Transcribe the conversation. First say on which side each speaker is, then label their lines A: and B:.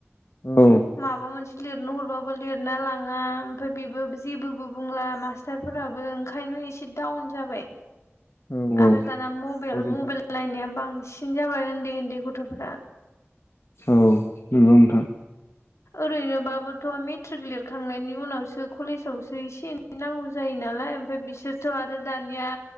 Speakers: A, on the left (about 65°); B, on the left (about 80°).
A: औ
B: माबा मोनसे लिरनो हरबाबो लिरना लाङा ओमफ्राय बेबो जेबोबो बुंला मास्टारफोराबो ओंखायनो इसे डाउन जाबाय
A: औ
B: आरो
A: औ
B: दाना मबेल
A: औ नोंथां
B: मबेल नायनाया बांसिन जाबाय ओन्दै ओन्दै गथ'फोरा
A: औ नोंगौ नोंथां
B: ओरैनोबाबोथ' मेट्रिक लिरखांनायनि उनावसो कलेजावसो इसे एनै नांगौ जायो। नालाय ओमफाय बिसोरथ' आरो दानिया